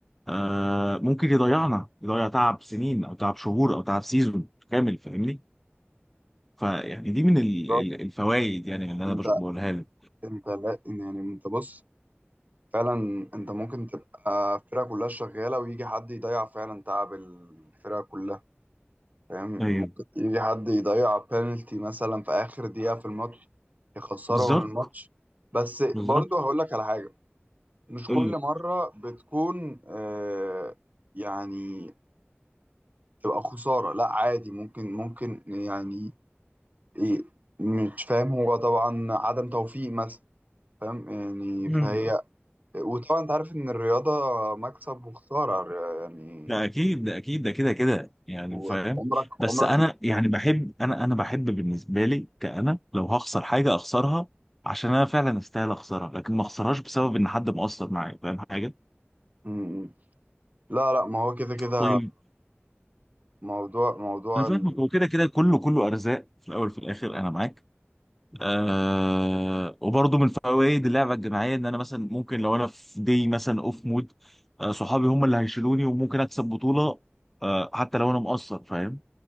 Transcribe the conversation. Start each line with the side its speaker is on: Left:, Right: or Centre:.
Centre: آه ممكن يضيعنا يضيع تعب سنين او تعب شهور او تعب سيزون كامل فاهمني فيعني دي من
Right: بالظبط.
Centre: الفوائد يعني اللي انا
Right: انت
Centre: بش- بقولها لك
Right: انت لا يعني انت بص فعلا انت ممكن تبقى الفرقة كلها شغالة ويجي حد يضيع فعلا تعب الفرقة كلها فاهم ممكن
Centre: ايوه
Right: يجي حد يضيع بينالتي مثلا في آخر دقيقة في الماتش يخسرهم
Centre: بالظبط
Right: الماتش بس برضه
Centre: بالظبط
Right: هقول لك على حاجة مش
Centre: قول
Right: كل
Centre: لي
Right: مرة بتكون آه يعني تبقى خسارة لا عادي ممكن ممكن يعني ايه مش فاهم هو طبعا عدم توفيق مثلا فاهم يعني
Centre: مم.
Right: فهي وطبعا انت عارف ان الرياضة مكسب وخسارة يعني
Centre: ده اكيد ده اكيد ده كده كده يعني
Right: وعمرك
Centre: فاهم بس
Right: عمرك
Centre: انا يعني بحب انا انا بحب بالنسبه لي كأنا لو هخسر حاجه اخسرها عشان انا فعلا استاهل اخسرها لكن ما اخسرهاش بسبب ان حد مقصر معايا فاهم حاجه
Right: مم. لا لا ما هو كده كده
Centre: طيب
Right: موضوع موضوع
Centre: انا فاهمك
Right: ال-
Centre: هو كده كده كله كله ارزاق في الاول وفي الاخر انا معاك آه وبرضه من فوائد اللعبه الجماعيه ان انا مثلا ممكن لو انا في دي مثلا اوف مود آه صحابي هم اللي هيشيلوني وممكن اكسب بطوله آه حتى لو انا مقصر فاهم